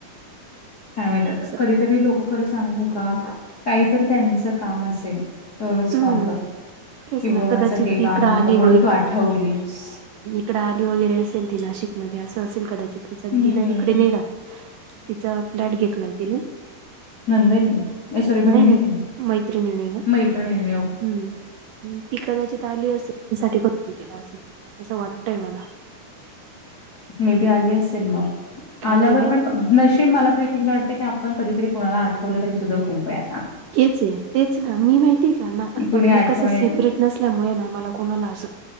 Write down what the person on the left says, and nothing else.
काय माहीत आता
कधीतरी लोक खरं सांगू का काहीतरी त्यांचं काम असेल तरचं
कॉल कर
कि बाबा
माझं हे
काम
होतं म्हणून तू आठवलीस.
हम्म
हम्म
नंदेनी नाही सॉरी बहिणीनी
मैत्रिणीनी
नाही ती आली असेल मग
आल्यावर
पण क नशीब मला एक एकदा वाटतं की आपण कधीतरी कोणाला आठवलं तरी सुद्धा खूप ये.
की
कुणी
आठवणे